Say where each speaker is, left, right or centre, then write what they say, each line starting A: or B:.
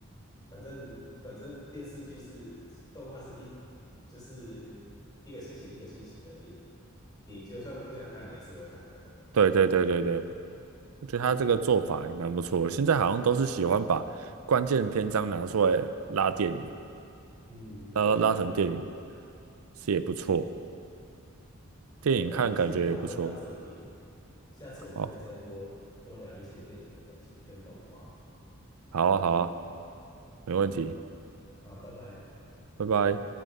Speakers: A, on the left; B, on the right.
A: 反正反正电视剧是动画是一就是一个星期一个星期的，你你就算不想看，你还是会看的。
B: 对对对对对，我觉得他这个做法也蛮不错的。现在好像都是喜欢把关键篇章拿出来拉电影，
A: 嗯，
B: 拉拉成电影，
A: 对对对对，
B: 是也不错，电影看感觉也不错。
A: 那那我们今天讨论到这里，下次我们可以再多多聊一些电影的东西跟动画。
B: 哦，好啊好啊，没问题，
A: 好，拜拜。
B: 拜拜。